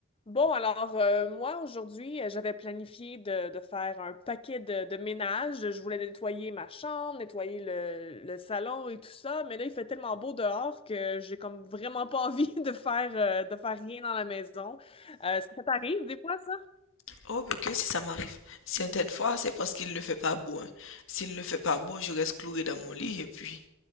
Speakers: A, on the left; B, on the left.
A: Bon, alors euh, moi, aujourd'hui, euh, j'avais planifié de, de faire un paquet de, de ménage. Je voulais nettoyer ma chambre, nettoyer le, le salon et tout ça, mais là, il fait tellement beau dehors que j'ai comme vraiment pas envie <laughs> de faire, euh, de faire rien dans la maison. Euh, est-ce que ça t'arrive des fois, ça?
B: Oh, mais que si ça m'arrive. Certaines fois, c'est parce qu'il ne fait pas beau. hein. S'il ne fait pas beau, je reste cloué dans mon lit et puis